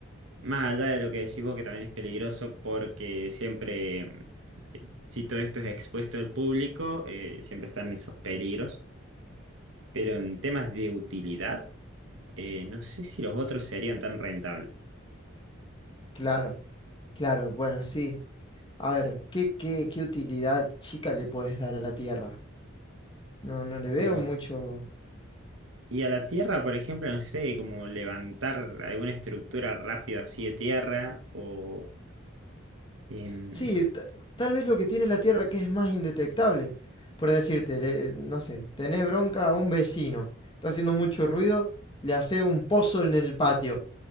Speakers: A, on the right; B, on the left.
A: Más allá de lo que decís vos, que también es peligroso porque siempre, eh, si todo esto es expuesto al público, eh, siempre están esos peligros. Pero en temas de utilidad, eh, no sé si los otros serían tan rentables.
B: Claro, claro, bueno, sí. A ver, ¿qué, qué, qué utilidad chica le puedes dar a la tierra? No, no le veo
A: Como,
B: mucho.
A: y a la tierra, por ejemplo, no sé, como levantar alguna estructura rápido así de tierra o... em,
B: Sí, ta- tal vez lo que tiene la Tierra que es más indetectable. Por decirte, le- no sé, tenés bronca a un vecino, está haciendo mucho ruido, le hace un pozo en el patio.